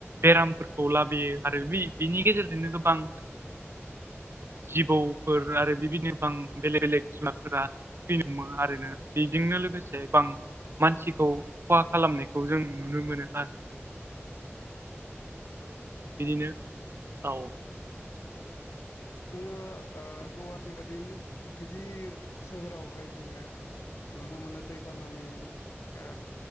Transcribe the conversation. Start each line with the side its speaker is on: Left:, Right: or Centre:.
Right: बेरामफोरखौ लाबोयो आरो बि बिनि गेजेरजोंनो गोबां जिबौफोर आरो बिबायदिनो बां बेलेग बेलेग जुनारफोरा फैयोमोन आरो ना? बेजोंनो लोगोसे गोबां मानसिखौ खहा खालामनायखौ जों नुनो मोनो आरो
Left: <inaudible>
Right: बिदिनो
Left: औ
Right: औ।
Left: जोङो ओ गुवाहाटी बादि गिदिर सोहोरावहाय जोङो नुनो मोनो। दैबानानि ओ